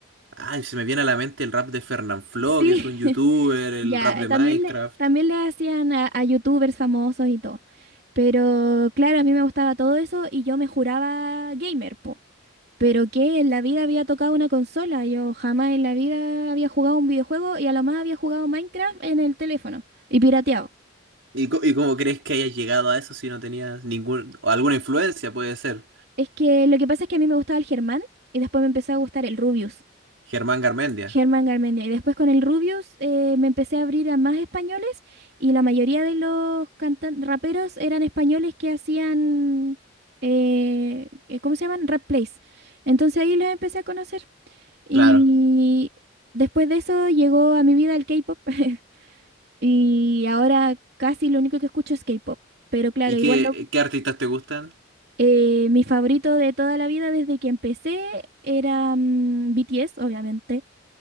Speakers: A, on the right; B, on the right.
A: Ay, se me viene a la mente el rap de Fernanfloo,
B: Sí,
A: que es un youtuber,
B: <laughs>
A: el
B: ya,
A: rap de
B: también
A: Minecraft.
B: le, también le hacían a, a youtubers famosos y todo. Pero claro, a mí me gustaba todo eso y yo me juraba gamer, po. Pero que en la vida había tocado una consola, yo jamás en la vida había jugado un videojuego y a lo más había jugado Minecraft en el teléfono y pirateado.
A: ¿Y, co- y cómo crees que hayas llegado a eso si no tenías ningún, o alguna influencia, puede ser?
B: Es que lo que pasa es que a mí me gustaba el Germán y después me empezó a gustar el Rubius,
A: Germán Garmendia,
B: Germán Garmendia. Y después con el Rubius eh, me empecé a abrir a más españoles y la mayoría de los cantan raperos eran españoles que hacían, eh, eh, ¿cómo se llaman? Rap plays. Entonces ahí los empecé a conocer. Y
A: claro.
B: después de eso llegó a mi vida el K-pop <laughs> y ahora casi lo único que escucho es K-pop. Pero claro,
A: ¿Y qué,
B: igual lo-
A: qué artistas te gustan?
B: eh, mi favorito de toda la vida desde que empecé era mm, BTS, obviamente,